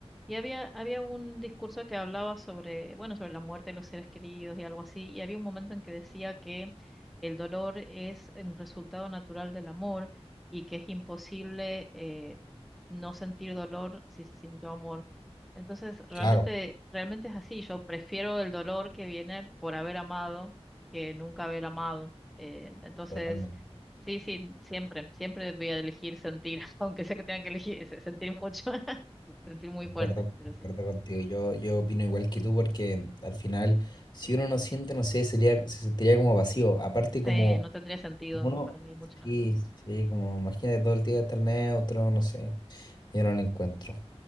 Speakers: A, in the centre; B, on the left.
A: Y había, había un discurso que hablaba sobre, bueno, sobre la muerte de los seres queridos y algo así, y había un momento en que decía que el dolor es un resultado natural del amor y que es imposible eh, no sentir dolor si se sintió amor. Entonces, realmente,
B: Claro,
A: realmente es así. Yo prefiero el dolor que viene por haber amado que nunca haber amado. Eh, entonces,
B: totalmente.
A: sí, sí, siempre, siempre voy a elegir sentir, <laughs> aunque sé que tengan que elegir sentir mucho sentir muy
B: Concuerdo,
A: fuerte, pero
B: concuerdo
A: sí.
B: contigo. Yo, yo opino igual que tú porque al final, si uno no siente, no sé, sería, se sentiría como vacío. Aparte
A: Sí,
B: como,
A: no tendría sentido
B: como uno,
A: para mí mucho en la
B: sí,
A: vida.
B: sí, como imagínate todo el día estar neutro, no sé. Yo no lo encuentro.